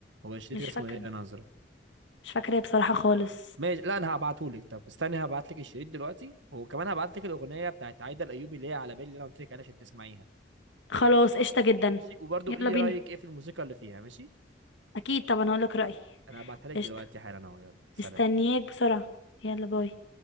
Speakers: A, on the right (about 85°); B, on the left (about 80°).
A: هو الشريط
B: مش
A: كان اسمه
B: فاكره
A: ليا نظره
B: مش فاكره بصراحه خالص
A: لا ماشي لا انا هبعتهولك طب استني هبعتلك الشريط دلوقتي وكمان هبعتلك الاغنيه بتاعت عايده الايوبي اللي هي على بالي اللي انا قلت لك عليها عشان تسمعيها
B: خلاص قشطة جدا
A: ماشي وبرضه
B: يلا
A: قولي لي
B: بينا
A: رأيك ايه في الموسيقى اللي فيها ماشي
B: اكيد طبعا هقولك رأيي
A: انا هبعتها لك
B: قشطة
A: دلوقتي حالا اهو يلا سلام
B: مستنياك بسرعة يلا باي